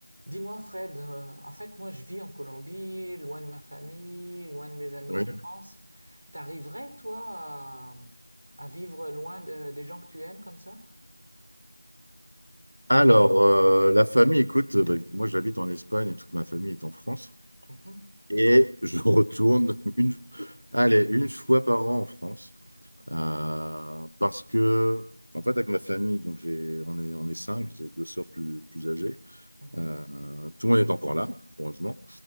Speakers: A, on the right; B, on the right.
A: Dis-moi Fred, euh, en fait moi je vis en Colombie, loin de ma famille, loin de mes amis
B: Oui.
A: en France. T'arriverais toi à, à vivre loin de- des gens que tu aimes comme ça?
B: Alors, euh, la famille, écoute, euh, bah, moi j'habite en Espagne et toute ma famille est en France.
A: Mhm,
B: Et je retourne <laughs> une, allez, une fois par an en France. Euh, parce que, en fait, avec ma famille, donc j'ai, on est, on est cinq, j'ai deux sœurs plus, plus âgées.
A: mhm.
B: Euh, tout le monde est encore là, heureusement.